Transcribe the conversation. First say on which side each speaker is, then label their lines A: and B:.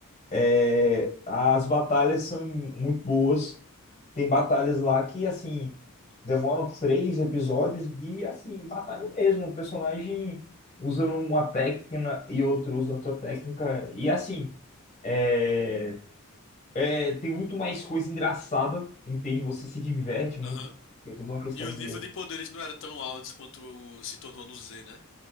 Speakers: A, on the left; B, on the left.
A: É, as batalhas são muito boas, tem batalhas lá que, assim, demoram três episódios de, assim, batalha mesmo. O personagem usando uma técnica e outro usando outra técnica. E, assim, é, é, tem muito mais coisa engraçada, entende? Você se diverte muito.
B: Aham.
A: É tudo uma questão
B: E os
A: de...
B: níveis de poderes não eram tão altos quanto o- se tornou no Z, né?